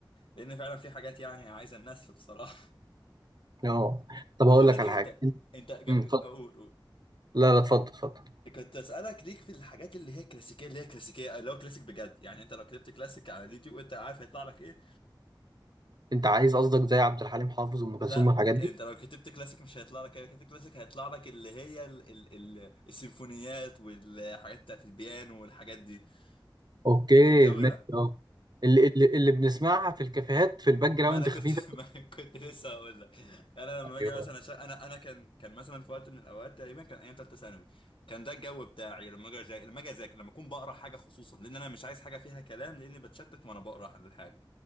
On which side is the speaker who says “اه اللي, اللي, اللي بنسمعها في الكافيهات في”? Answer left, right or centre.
Right